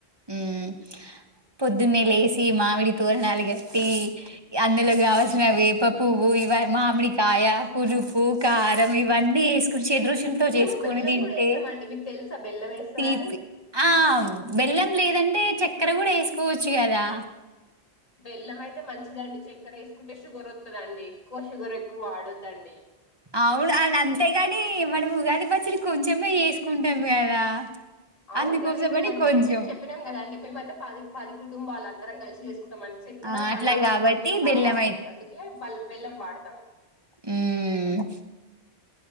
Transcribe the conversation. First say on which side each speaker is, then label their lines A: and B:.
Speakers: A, on the right; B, on the left.
A: ఉమ్ పొద్దున్నే లేసి మామిడి తోరణాలు కట్టి అందులో కావల్సిన వేప పువ్వు ఇ మామిడికాయ పులుపు కారం ఇవన్నీ వేసు కొంచ షడ్రుచులు
B: మేము
A: చేసుకొని
B: బెల్లం
A: తింటే
B: కూడా వేస్తామండి మీకు తెలుసా బెల్లం వేస్తారా
A: తీపి
B: అని
A: ఆ బెల్లం లేదంటే చక్కర కూడా వేసుకోవచ్చు కదా
B: బెల్లం అయితే మంచిదండి చెక్కెర వేసుకుంటే షుగర్ వస్తుందండి ఎక్కువ షుగర్ ఎక్కువ వాడొద్దండి
A: అవును అని అంతేగాని మనం ఉగాది పచ్చడి కొంచమే చేసుకుంటాం కదా
B: అవును
A: అందుకోసమని
B: నీ మేము అంటే
A: కొంచెం
B: మేము చెప్పినాం కదండి మేమయితే పది పది కుటుంబాలు అందరం కలిసి చేం కుంటాం చక్కర
A: ఆ అట్లా
B: మళ్ళా అరకిలో
A: కాబట్టి
B: కిలో కావాలి
A: బెల్లం
B: అందుకే బల్ బెల్లం వాడతాం
A: ఉమ్